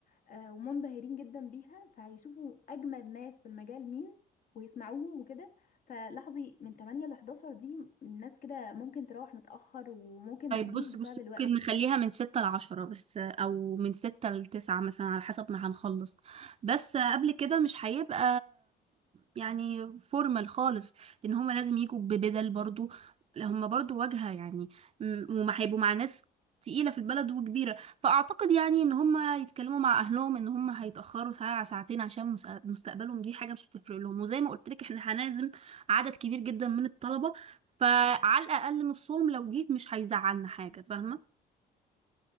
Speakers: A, on the left; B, on the right.
A: آه، ومنبهرين جدا بيها فهيشوفوا اجمد ناس في المجال مين ويسمعوهم وكده فلاحظي من 8 ل 11 دي الناس كده ممكن تروح متأخر وممكن
B: طيب
A: ما تجيش
B: بص
A: بسبب
B: بص
A: الوقت
B: ممكن نخليها من ستة لعشرة بس أو من ستة لتسعة مثلا على حسب ما هنخلص بس قبل كده مش هيبقى يعني فورمال خالص لأن هما لازم يجوا ببدل برضو هما برضو واجهة يعني م- وما هيبقوا مع ناس تقيلة في البلد وكبيرة فأعتقد يعني إن هما يتكلموا مع أهلهم إن هما هيتأخروا ساعة ساعتين عشان مس- مستقبلهم دي حاجة مش هتفرق لهم وزي ما قلت لك إحنا هنعزم عدد كبير جدا من الطلبة فعلى الاقل نصهم لو جه مش هيزعلنا حاجه فاهمه